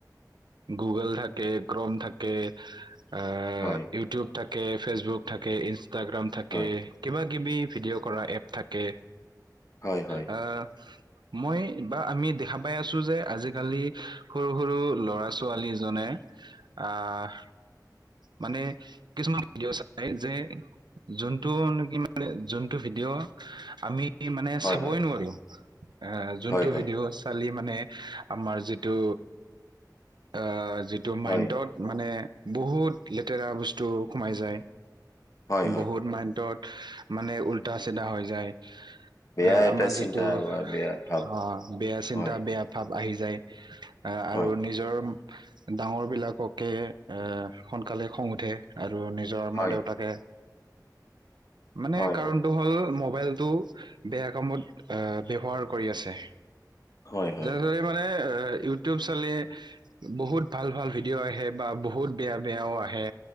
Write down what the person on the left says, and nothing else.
হয়
হয়
হয়, হয়।
<inaudible>
হয়
হয়
হয়, হয়,
হয়,
হয়, হয়,
বেয়া
এটা
চিন্তা
বা বেয়া ভাৱ
হয়,
হয়,
হয়,
হয়,
হয়,
হয়, হয়,
হয়,